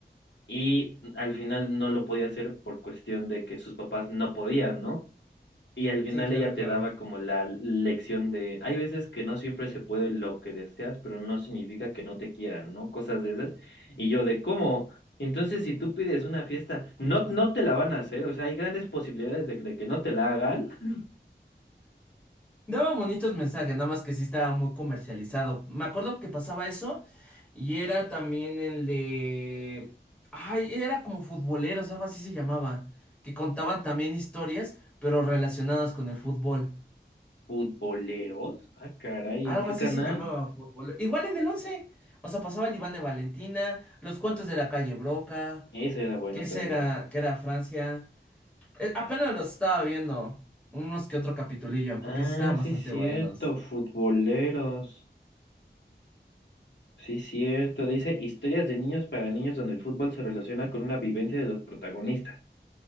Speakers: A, on the left; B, in the centre.
A: y al final no lo podía hacer por cuestión de que sus papás no podían, ¿no? Y al final
B: Sí, claro,
A: ella
B: claro.
A: te daba como la lección de, hay veces que no siempre se puede lo que deseas, pero no significa que no te quieran, ¿no? Cosas de esas. Y yo de, ¿cómo? Entonces, si tú pides una fiesta, no, no te la van a hacer, o sea, hay grandes posibilidades de, que de que no te la hagan. <laughs>
B: Daba bonitos mensajes, nada más que sí estaba muy comercializado. Me acuerdo que pasaba eso Y era también el de... Ay, era como futboleros, algo así se llamaba. Que contaban también historias, pero relacionadas con el fútbol.
A: Futboleros, ah, caray,
B: Algo
A: ¿en qué
B: así
A: canal?
B: se llamaba fútbol. Igual en el once O sea, pasaba el Iván de Valentina, los cuentos de la calle Broca,
A: Ese era bueno
B: que
A: también.
B: era, que era Francia. Eh, apenas los estaba viendo. Unos que otro capitulillo,
A: Ah,
B: porque sí estaban
A: sí,
B: bastante
A: cierto,
B: buenos.
A: futboleros. Sí, cierto, dice historias de niños para niños donde el fútbol se relaciona con una vivencia de los protagonistas.